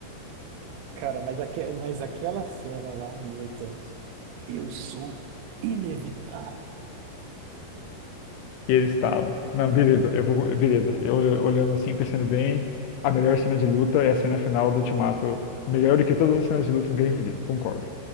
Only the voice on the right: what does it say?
Cara, mas, aque, mas aquela cena lá do Thanos. Eu sou inevitável.
Lá no começo,
tá.